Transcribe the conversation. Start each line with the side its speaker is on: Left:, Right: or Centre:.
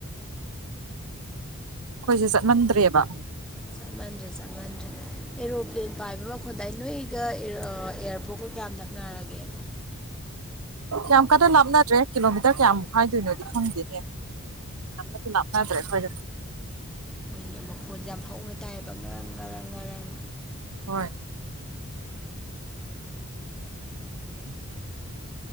Right: ꯑꯩꯈꯣꯏꯁꯦ ꯆꯠꯃꯟꯗ꯭ꯔꯦꯕ
Centre: ꯆꯠꯃꯟꯗ꯭ꯔꯦ ꯆꯠꯃꯟꯗ꯭ꯔꯦ ꯑꯦꯔꯣꯄ꯭ꯂꯦꯟ ꯄꯥꯏꯕ ꯍꯣꯟꯗꯥꯏ ꯅꯣꯏꯒ ꯑꯦꯌꯥꯔꯄꯣꯔꯠꯀ ꯀꯌꯥꯝ ꯅꯛꯅꯔꯒꯦ
Right: ꯀꯌꯥꯝ ꯀꯟꯅ ꯂꯥꯞꯅꯗ꯭ꯔꯦ ꯀꯤꯂꯣꯃꯤꯇꯔ ꯀꯌꯥꯃꯨꯛ ꯍꯥꯏꯗꯣꯏꯅꯣꯗꯤ ꯈꯪꯗꯦꯅꯦ ꯂꯞꯗꯤ ꯂꯥꯞꯅꯗ꯭ꯔꯦ ꯐꯣꯏ
Centre: ꯍꯣꯏꯅꯦ ꯃꯈꯣꯟꯁꯦ ꯌꯥꯝ ꯍꯥꯎꯅ ꯇꯥꯏꯌꯦꯕ ꯉꯔꯥꯡ ꯉꯔꯪ ꯉꯔꯥꯡ
Right: ꯍꯣꯏ ꯎꯝ